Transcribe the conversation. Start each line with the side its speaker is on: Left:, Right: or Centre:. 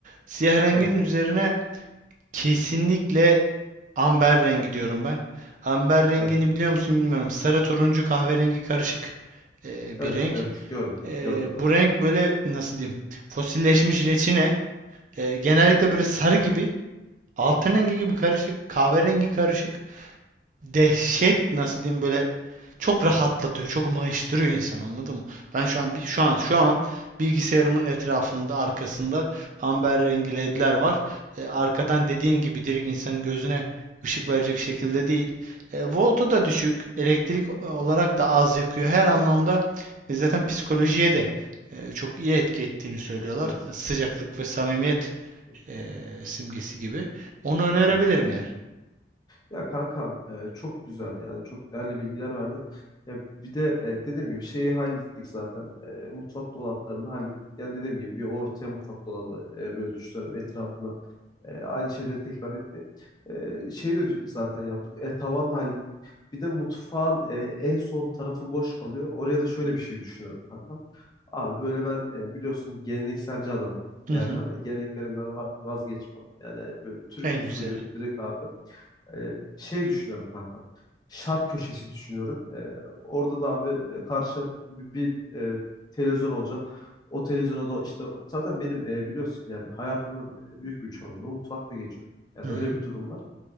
Right: Siyah rengin
Left: Evet.
Right: üzerine kesinlikle Amber rengi diyorum ben. Amber rengini
Left: Evet.
Right: biliyor musun bilmiyorum. Sarı turuncu kahverengi karışık e,
Left: Evet.
Right: bir renk.
Left: Evet. Gördüm.
Right: E,
Left: Gördüm.
Right: bu
Left: Evet.
Right: renk böyle nasıl diyeyim? Fosilleşmiş reçine. E, genellikle böyle sarı gibi, altın rengi gibi karışık, kahverengi karışık dehşet nasıl diyeyim böyle çok rahatlatıyor, çok mayıştırıyor insan anladın mı? Ben şu an bir şu an şu an bilgisayarımın etrafında arkasında amber rengi ledler var. E, arkadan dediğin gibi direkt insanın gözüne ışık verecek şekilde değil. E, voltu da düşük, elektrik e, olarak da az yakıyor. Her anlamda e, zaten psikolojiye de e, çok iyi etki ettiğini söylüyorlar.
Left: Evet.
Right: Sıcaklık ve samimiyet
Left: Gördüm.
Right: e, simgesi gibi. Onu önerebilirim
Left: Evet.
Right: yani.
Left: Ya kanka e, çok güzel yani çok değerli bilgiler verdin. Ya bir de e, dediğim gibi şeyi hallettik zaten. E, mutfak dolaplarını hallettik. Yani dediğim gibi bir ortaya mutfak dolabı e, böyle düşünüyorum etrafına e, aynı şeyleri tekrar etmeyin. E, şeyi de zaten yaptık. E, tavan da hallettik. Bir de mutfağın e, en son tarafı boş kalıyor. Oraya da şöyle bir şey düşünüyorum kankam. Abi böyle ben e, biliyorsun gelenekselci adamım.
Right: Hı
Left: Yani
Right: hı.
Left: hani geleneklerimden va- vazgeçmem. Yani böyle Türk
Right: En
Left: usulü
Right: güzeli.
Left: direkt abi. E, şey düşünüyorum kankam. Şark köşesi düşünüyorum. E, orada da abi e, karşı bir, bir, e, televizyon olacak. O televizyona da işte zaten benim e, biliyorsun yani hayatımın e, büyük bir çoğunluğu mutfakta geçiyor. Yani
Right: Hı hı.
Left: öyle bir durum var.